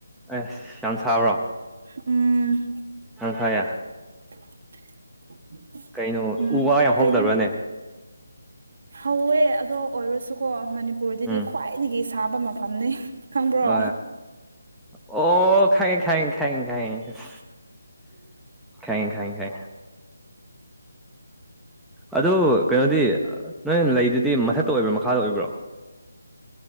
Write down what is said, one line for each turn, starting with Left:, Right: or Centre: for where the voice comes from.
Centre: ꯑꯁ ꯌꯥꯝ ꯁꯥꯕ꯭ꯔꯣ
Right: ꯎꯝ
Centre: ꯌꯥꯝ ꯁꯥꯏꯌꯦ
Right: <inaudible>
Centre: ꯀꯩꯅꯣ
Right: ꯎꯝ
Centre: ꯎ ꯋꯥ ꯌꯥꯝ ꯍꯧꯗꯕ꯭ꯔꯥꯅꯦ
Right: ꯀꯩꯅꯣ ꯍꯧꯋꯦ ꯑꯗꯣ ꯑꯣꯏꯔꯁꯨꯀꯣ ꯃꯅꯤꯄꯨꯔꯗꯗꯤ
Centre: ꯎꯝ
Right: ꯈ꯭ꯋꯥꯏꯗꯒꯤ ꯁꯥꯕ ꯃꯐꯝꯅꯤ ꯈꯪꯕ꯭ꯔꯣ
Centre: ꯑ ꯑꯣ ꯈꯪꯉꯦ ꯈꯪꯉꯦ ꯈꯪꯉꯦ ꯈꯪꯉꯦ ꯏꯁ ꯈꯪꯉꯦ ꯈꯪꯉꯦ ꯈꯪꯉꯦ ꯑꯗꯨ ꯀꯩꯅꯣꯗꯤ ꯅꯣꯏ ꯂꯩꯗꯨꯗꯤ ꯃꯊꯛꯇ ꯑꯣꯏꯕ꯭ꯔꯣ ꯃꯈꯥꯗ ꯑꯣꯏꯕ꯭ꯔꯣ